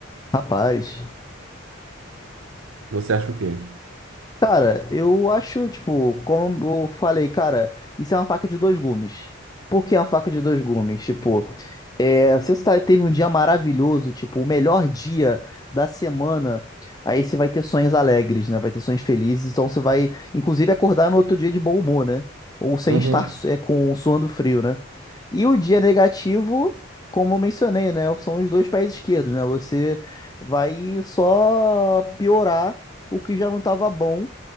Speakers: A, on the left; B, on the right.
A: Rapaz.
B: Você acha o quê?
A: Cara, eu acho, tipo, como eu falei, cara, isso é uma faca de dois gumes. Por que a faca de dois gumes? Tipo. É, se você tá- teve um dia maravilhoso, tipo, o melhor dia da semana, aí você vai ter sonhos alegres, né? Vai ter sonhos felizes, então você vai, inclusive, acordar no outro dia de bom humor, né? Ou sem
B: Uhum.
A: estar é, com suando frio, né? E o dia negativo, como eu mencionei, né? São os dois pés esquerdos, né? Você vai só piorar o que já não estava bom.